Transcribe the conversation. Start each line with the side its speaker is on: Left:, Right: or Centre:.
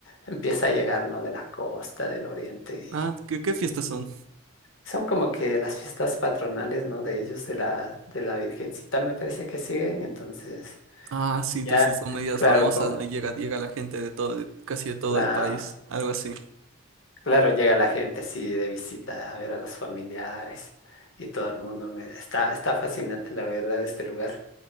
Left: empieza a llegar, ¿no? De la costa, del oriente. y
Right: Ah, ¿qué, qué fiestas son?
Left: son como que las fiestas patronales, ¿no? De ellos, de la, de la Virgencita, me parece que siguen. Entonces,
Right: Ah, sí, entonces
Left: ya,
Right: sí son medidas
Left: claro,
Right: famosas,
Left: como
Right: ¿no? Y llega, llega la gente de todo, de- casi de todo
Left: la
Right: el país, algo así.
Left: Claro, llega la gente así de visita a ver a los familiares y todo el mundo me está, está fascinante la verdad este lugar.